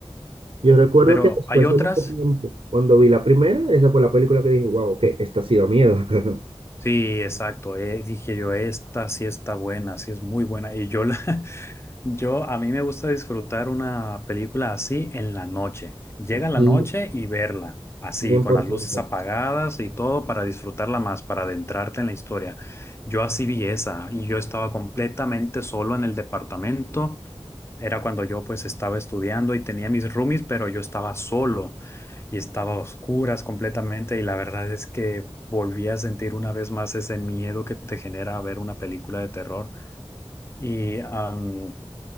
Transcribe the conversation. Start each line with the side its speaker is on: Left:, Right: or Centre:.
Right: yo recuerdo
Left: pero
Right: que después
Left: hay otras.
Right: de mucho tiempo, cuando vi la primera, esa fue la película que dije, wow, que esta ha sido miedo. <laughs>
Left: Sí, exacto. eh, dije yo, esta sí está buena, sí es muy buena. Y yo, la, <laughs> yo, a mí me gusta disfrutar una película así en la noche. Llega
Right: Sí,
Left: la noche y verla, así,
Right: cien
Left: con
Right: por
Left: las
Right: ciento
Left: luces apagadas y todo, para disfrutarla más, para adentrarte en la historia. Yo así vi esa y yo estaba completamente solo en el departamento. Era cuando yo pues estaba estudiando y tenía mis roomies, pero yo estaba solo y estaba a oscuras completamente y la verdad es que volví a sentir una vez más ese miedo que te genera ver una película de terror. Y am,